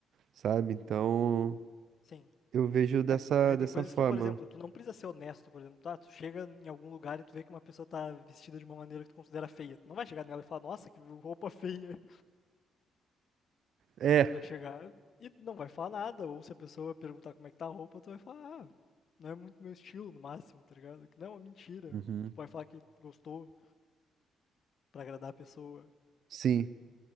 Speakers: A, on the right; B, on the left.
A: sabe? Então
B: Sim.
A: eu vejo dessa
B: É, porque
A: dessa
B: tem coisas
A: forma.
B: que, por exemplo, tu não precisa ser honesto, por exemplo, tá? Tu chega em algum lugar e tu vê que uma pessoa tá vestida de uma maneira que tu considera feia. Tu não vai chegar nela e falar, nossa, que roupa feia.
A: É.
B: Tu vai chegar e não vai falar nada. Ou se a pessoa perguntar como é que tá a roupa, tu vai falar, ah, não é muito meu estilo no máximo, tá ligado? Que não é uma mentira.
A: Uhum.
B: Ou tu vai falar que gostou pra agradar a pessoa.
A: Sim.